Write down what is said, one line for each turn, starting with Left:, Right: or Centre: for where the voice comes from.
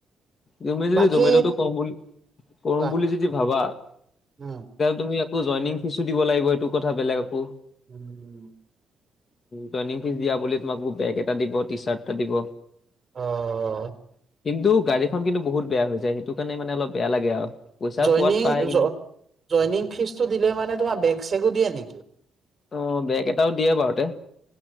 Left: তুমি যদি
Right: বাকী
Left: জমেটটো কম বুলি কৰো
Right: কোৱা
Left: বুলি যদি ভাবা-।
Right: উম
Left: তুমি আকৌ জয়নিং ফিজো দিব লাগিব এইটো কথা বেলেগ আকৌ।
Right: উমঁ।
Left: জয়নিং ফিজ দিয়া বুলি তোমাকো বেগ এটা দিব, টি চাৰ্ট এটা দিব।
Right: অঁ অঁ।
Left: কিন্তু গাড়ীখন কিন্তু বহুত বেয়া হৈ যায় সেইটো কাৰণে মানে অলপ বেয়া লাগে আৰু। পইচা
Right: যইনিগ,
Left: পোৱাত পায় কিন্তু
Right: জইং ফিজটো দিলে মানে তোমাৰ বেগ চেগো দিয়ে নেকি?
Left: অ বেগ এটাও দিয়ে বাৰুতে